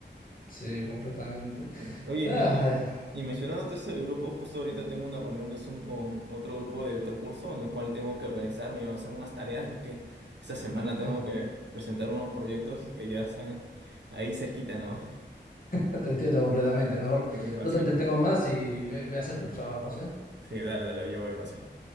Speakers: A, on the left; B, on the right.
A: Sí, completamente.
B: Sí. Oye,
A: Ah,
B: y mencion- y mencionándote esto de grupo, justo ahorita tengo una reunión de Zoom con otro grupo de otro curso en la cual tengo que organizarme y van a hacer unas tareas, ya que esta semana
A: ah,
B: tengo que presentar unos proyectos que ya están ahí cerquita, ¿no? <laughs>
A: ah, te entiendo completamente. Mejor
B: Sí, Marcial.
A: no te entretengo más y ve, ve a hacer tus trabajos, ¿eh?
B: Sí, dale, dale, yo voy, Marcial.